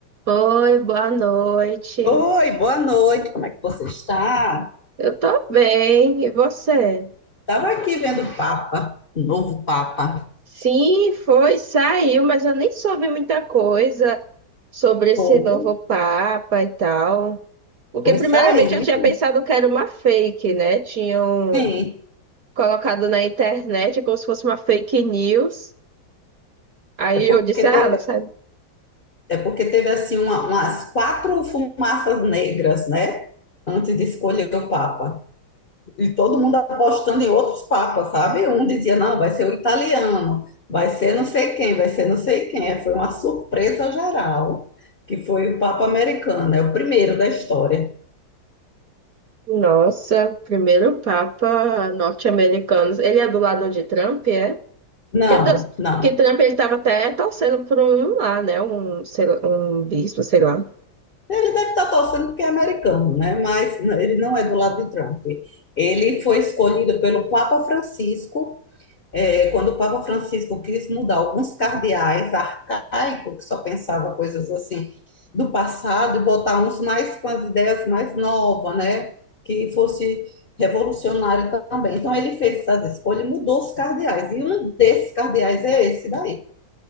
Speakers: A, on the right; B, on the left.
A: Oi, boa noite.
B: Oi, boa noite, como é que você está?
A: Eu tô bem, e você?
B: Estava aqui vendo o Papa, o novo Papa.
A: Sim, foi, saiu, mas eu nem soube muita coisa sobre esse
B: Pô,
A: novo Papa e tal. Porque,
B: pois
A: primeiramente,
B: saiu.
A: eu tinha pensado que era uma fake, né? Tinham
B: Sim,
A: colocado na internet como se fosse uma fake news. Aí
B: é porque
A: eu disse, ah,
B: teve,
A: nossa,
B: é porque teve assim uma- umas quatro fumaças negras, né? Antes de escolher o Papa. E todo mundo apostando em outros papas, sabe? Um dizia, não, vai ser o italiano, vai ser não sei quem, vai ser não sei quem. É, Foi uma surpresa geral, que foi o Papa americano, é o primeiro da história.
A: nossa, primeiro Papa norte-americano. Ele é do lado de Trump, é?
B: Não,
A: Porque, Deus-
B: não.
A: porque Trump ele estava até torcendo por um lá, né? Um, sei lá, um bispo, sei lá.
B: Ele deve estar torcendo porque é americano, né? Mas ele não é do lado de Trump. Ele foi escolhido pelo Papa Francisco, eh, quando o Papa Francisco quis mudar alguns cardeais arcaicos, que só pensava coisas assim do passado, e botar uns mais com as ideias mais novas, né? Que fosse revolucionário também. Então ele fez essas escolhas e mudou os cardeais. E um desses cardeais é esse daí.